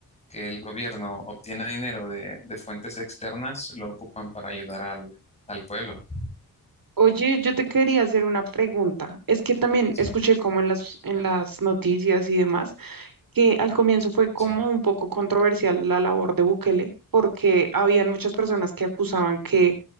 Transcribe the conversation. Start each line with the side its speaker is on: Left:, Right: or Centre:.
Left: que el gobierno obtiene dinero de, de fuentes externas, lo ocupan para ayudar al, al pueblo.
Right: Oye, yo te quería hacer una pregunta. Es que también
Left: Sí,
Right: escuché como en las, en las noticias y demás que al comienzo fue como
Left: sí,
Right: un poco controversial la labor de Bukele, porque habían muchas personas que acusaban que